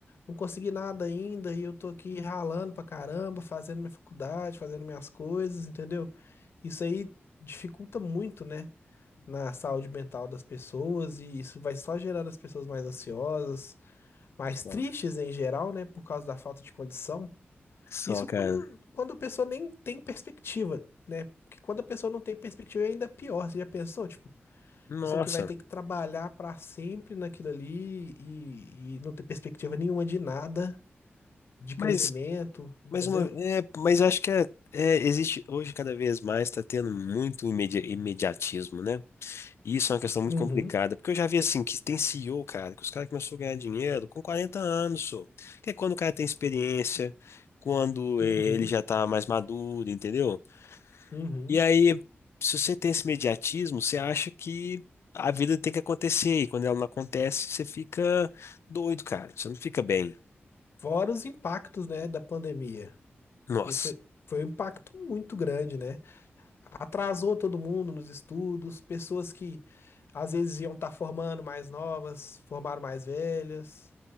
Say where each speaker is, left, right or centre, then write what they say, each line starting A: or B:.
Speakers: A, on the left; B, on the left.
A: não consegui nada ainda e eu tô aqui ralando pra caramba, fazendo minha faculdade, fazendo minhas coisas, entendeu? Isso aí dificulta muito, né? Na saúde mental das pessoas e isso vai só gerando as pessoas mais ansiosas, mais
B: Só,
A: tristes em geral, né? Por causa da falta de condição.
B: Só,
A: Isso
B: cara.
A: quando, quando a pessoa nem tem perspectiva, né? Porque quando a pessoa não tem perspectiva é ainda pior. Você já pensou, tipo,
B: Nossa.
A: pessoa que vai ter que trabalhar pra sempre naquilo ali e, e não ter perspectiva nenhuma de nada, de crescimento,
B: Mas,
A: entendeu?
B: mas, uma, é, mas acho que é, é, existe hoje cada vez mais, tá tendo muito imedi- imediatismo, né? Isso é uma questão muito
A: Uhum,
B: complicada, porque eu já vi assim que tem CEO, cara, que os caras começaram a ganhar dinheiro com 40 anos, só. Que é quando o cara tem experiência, quando
A: uhum,
B: ele já tá mais maduro, entendeu?
A: uhum.
B: E aí, se você tem esse mediatismo, você acha que a vida tem que acontecer, e quando ela não acontece, você fica doido, cara. Você não fica bem.
A: Fora os impactos, né, da pandemia,
B: Nossa,
A: que foi, foi um impacto muito grande, né? atrasou todo mundo nos estudos, pessoas que às vezes iam estar formando mais novas, formaram mais velhas,